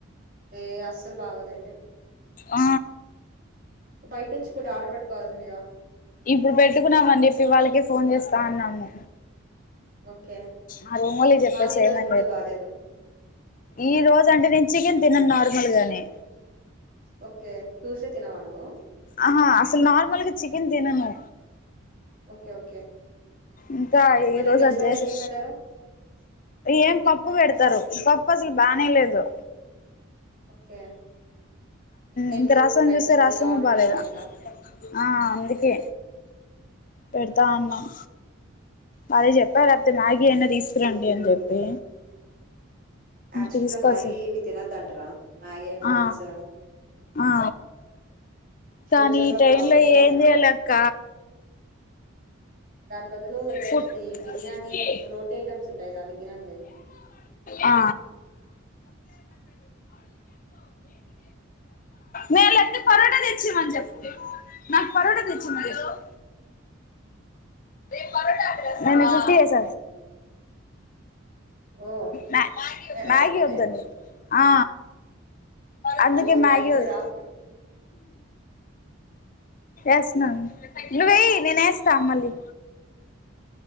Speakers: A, on the right; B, on the left.
A: ఏ అస్సలు బాగోదు అయితే
B: ఆ
A: బయట నుంచి ఫుడ్ ఆర్డర్ పెట్టుకోవలసిందిగా
B: ఇప్పుడు పెట్టుకున్నామ అని చెప్పి వాళ్ళకే ఫోన్ చేస్తా అన్నాము
A: ఓకే
B: ఆ రూమోలి చెప్పేసేయమని
A: మాది ఈ రోజు ఫుడ్
B: చెప్పి
A: బాలేదు
B: ఈ రోజు అంటే నే చికెన్ తినను నార్మల్ గానే
A: ఓకే టూస్డే తినవ నువ్వు
B: ఆ అసలు నార్మల్గా చికెన్ తినను
A: ఓకే ఓకే
B: ఇంకా
A: మరి
B: ఈ రోజు
A: వెజ్
B: వచ్చేసి
A: వాళ్ళకి ఏం పెట్టారు
B: ఏం పప్పు పెడతారు పప్పు అసలు బానే లేదు
A: ఓకే ఇంకేంటి
B: ఇంకా రసం
A: బయట
B: చూస్తే
A: నుంచి
B: రసం
A: ఆర్డర్
B: బాాలేదా
A: పెట్టండి ఇంకా
B: ఆ అందుకే పెడతా అన్నాం వాళ్ళే చెప్పారు అంతే మ్యాగీ అయిన తీసుకురండి అని చెప్పి
A: యాక్చువల్
B: తీసుకొస్తా
A: గా మ్యాగీ ఇవి తినొద్ద అంటరా మ్యాగీ నూడిల్స్
B: ఆ ఆ
A: ఫ్యూచర్
B: కానీ ఈ టైమ్
A: ప్రాబ్లమ్స్
B: లో
A: వస్తాయంట
B: ఏం చేయలక్క
A: దాని బదులు
B: ఫుడ్
A: ఈ బిర్యానీ రోటీ ఐటమ్ చుంటాయి గా అవి తినండి
B: ఆ నేలతే పరోట తెచ్చిమని చెప్పు నాకు పరోట తెచ్చిమనీ చెప్పు నాకు పరోటా తెచ్చి నేను నీకు ఫిఫ్టీ వేస
A: ఓ
B: మ్యా
A: నువ్వేనా
B: మ్యాగీ
A: చెప్పింది
B: వద్దండి ఆ అందుకే
A: ఓ
B: మ్యాగీ
A: థ్యాంక్ యూ
B: వోద్
A: రా
B: ఎస్నా నువ్వు వె్య నేనే వేస్తా మళ్ళీ